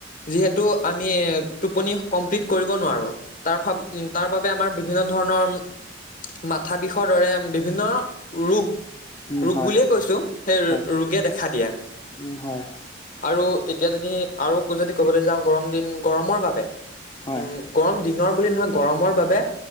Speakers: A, on the left (about 45°); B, on the left (about 25°).
A: যিহেতু আমি এ টোপনি কমপ্লিট কৰিব নোৱাৰো তাৰ ফ উম। তাৰ বাবে আমাৰ বিভিন্ন ধৰণৰ‌। মাথা বিষৰ দৰে বিভিন্ন ৰোগ।
B: উম
A: ৰোগ
B: হয়
A: বুলিয়ে কৈছো সেই ৰো
B: হয়
A: ৰোগে দেখা দিয়ে।
B: উম হয়
A: আৰু এতিয়া যদি আৰু যদি ক'বলৈ যাওঁ, গৰম দিন গৰমৰ বাবে।
B: হয়।
A: উম গৰম দিনৰ বুলি নহয়, গৰমৰ বাবে